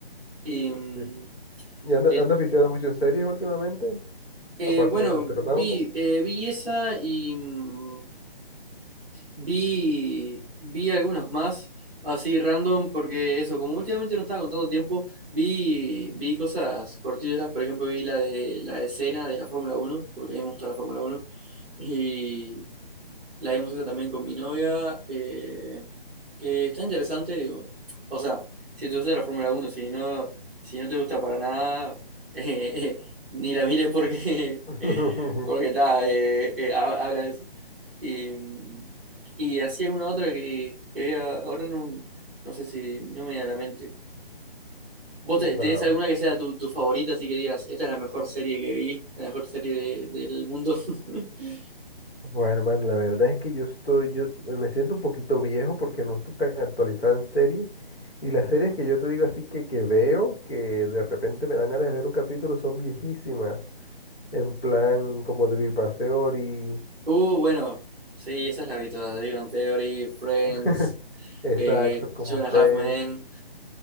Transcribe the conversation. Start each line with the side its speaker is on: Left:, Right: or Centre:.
Centre: Y, mm,
Left: Sí. ¿Y anda-
Centre: que-
Left: andas viciado mucho en series últimamente?
Centre: eh,
Left: Aparte
Centre: bueno,
Left: del Eternauta.
Centre: vi, eh, vi esa y, mm, Vi, vi algunos más así random porque eso, como últimamente no estaba contando tiempo, vi, vi cosas cortillas, por ejemplo vi la de la escena de la Fórmula uno porque a mí me gusta la Fórmula uno y la vimos esa también con mi novia, eh, que está interesante, digo, o sea, si te gusta la Fórmula uno si no, si no te gusta para nada, <laughs> eh, eh, ni la mires porque,
Left: <laughs>
Centre: <laughs> porque está, eh, eh, ha- habla de eso. Y, mm, y hacía una otra que, que había, ahora no, no sé si no me viene a la mente. ¿Vos
Left: Va,
Centre: te- tenés
Left: va.
Centre: alguna que sea tu, tu favorita, así que digas, esta es la mejor serie que vi, la mejor serie de- del mundo? <laughs>
Left: Bueno, hermano, la verdad es que yo estoy, yo me siento un poquito viejo porque no estoy tan actualizado en series. Y las series que yo te digo así que, que veo, que de repente me dan ganas de ver un capítulo, son viejísimas. En plan, como The Big Bang Theory.
Centre: Uh, bueno, sí, esas las vi todas, The Big Bang Theory, Friends,
Left: <laughs> Exacto,
Centre: eh,
Left: como
Centre: Two and a
Left: Friends.
Centre: Half Men.